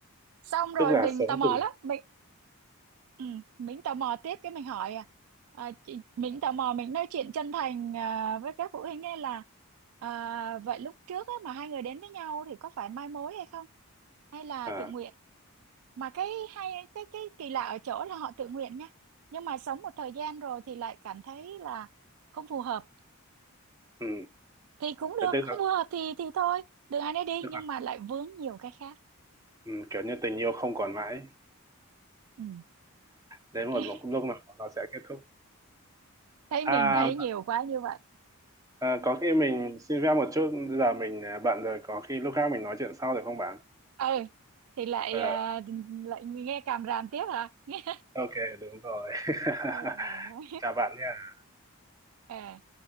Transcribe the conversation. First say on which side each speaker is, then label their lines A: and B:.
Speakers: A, on the right; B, on the right.
A: xong rồi
B: tức là
A: mình
B: sống
A: tò mò
B: cùng
A: lắm mình ừ, mình tò mò tiếp cái mình hỏi à, à chị, mình tò mò mình nói chuyện chân thành à, với các phụ huynh ấy là à, vậy lúc trước á, mà hai người đến với nhau thì có phải mai mối hay không hay là
B: à
A: tự nguyện mà cái hay cái cái kỳ lạ ở chỗ là họ tự nguyện nha nhưng mà sống một thời gian rồi thì lại cảm thấy là không phù hợp
B: ừ.
A: thì cũng
B: thế
A: được
B: tức
A: không
B: là
A: phù hợp thì thì thôi đường ai nấy đi
B: tức
A: nhưng
B: là
A: mà lại vướng nhiều cái khác
B: ừ, kiểu như tình yêu không còn mãi
A: ừ.
B: đến
A: <laughs>
B: một lúc lúc nào nó sẽ kết thúc
A: thấy
B: à,
A: mình thấy nhiều quá như vậy
B: à có khi mình xin phép một chút giờ mình à, bận rồi có khi lúc khác mình nói chuyện sau được không bạn
A: ừ thì lại
B: Ờ,
A: à, lại nghe càm ràm tiếp hả <laughs> nghe
B: ok đúng rồi <laughs>
A: ừ, rồi đó.
B: chào bạn nhé
A: <laughs> à